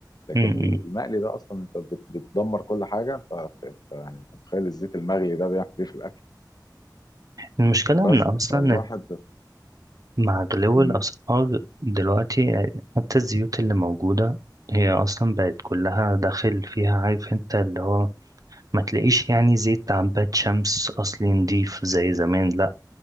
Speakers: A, on the left (about 60°); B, on the right (about 50°).
A: لكن
B: م-
A: المقلي
B: م.
A: ده اصلا انت بت- بتدمر كل حاجه انت انت أنت- يعني انت متخيل الزيت المغلي ده بيعمل ايه في الاكل
B: المشكلة إن
A: بس
B: أصلا
A: فالواحد
B: مع غلو
A: مم.
B: الأسعار دلوقتي حتى الزيوت اللي موجودة هي أصلا بقت كلها داخل فيها عارف انت اللي هو ما تلاقيش يعني زيت عباد شمس أصلي نضيف زي زمان لأ